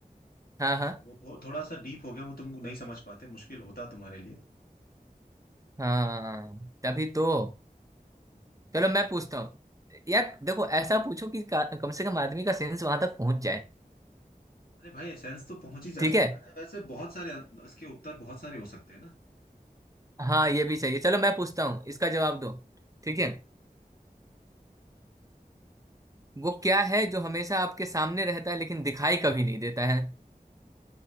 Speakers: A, on the right (about 20°); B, on the left (about 75°).
A: हाँ हाँ
B: तो वो बहुत थोड़ा सा डीप हो गया वो तुम नहीं समझ पाते मुश्किल होता तुम्हारे लिए <laughs>
A: हाँ तभी तो
B: हम्म,
A: चलो मैं पूछता हूँ यार
B: पू-
A: देखो ऐसा पूछो कि का- कम से कम आदमी का सेंस वहां तक पहुंच जाए
B: अरे भाई एसेंस तो पहुंच ही जा
A: ठीक
B: सकता
A: है
B: है वैसे बहुत सारे अं, इसके उत्तर बहुत सारे हो सकते हैं ना
A: हाँ ये भी सही है चलो मैं पूछता हूँ इसका
B: हम्म
A: जवाब दो ठीक
B: हम्म,
A: है वो क्या है जो हमेशा आपके सामने रहता है लेकिन दिखाई कभी नहीं देता है